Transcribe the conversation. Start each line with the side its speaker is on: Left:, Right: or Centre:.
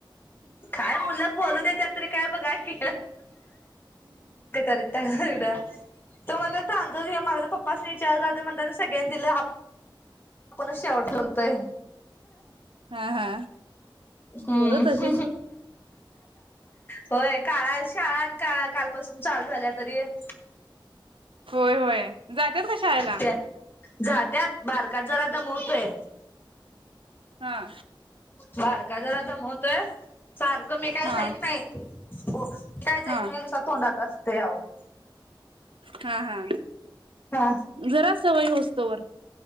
Left: काय मुलं बोलू देत्यात काय बघा की. ते तरी त्या तो म्हण तांत माझ पप्पास विचार म्हण सगळ्यांनी दिलं आपणच शेवड उरतोय.
Right: हा हा
Left: हम्म.
Right: पोर तशीच
Left: होय. काळा शाळा आणि का कालपासून चालू झाल्या तरी --
Right: होय होय जात्यात का शाळेला
Left: त्या जा त्यात बारकाच जरा दमवतोय.
Right: हा.
Left: बारका जरा दमवतोय. सारखं मी काय
Right: हा
Left: जाईत नाही. ऊठं काय जायच
Right: हा
Left: नाही. तुसत तोंडात असतेयं अ हो.
Right: हा हा
Left: हा.
Right: जरा सवय होऊस्तोवर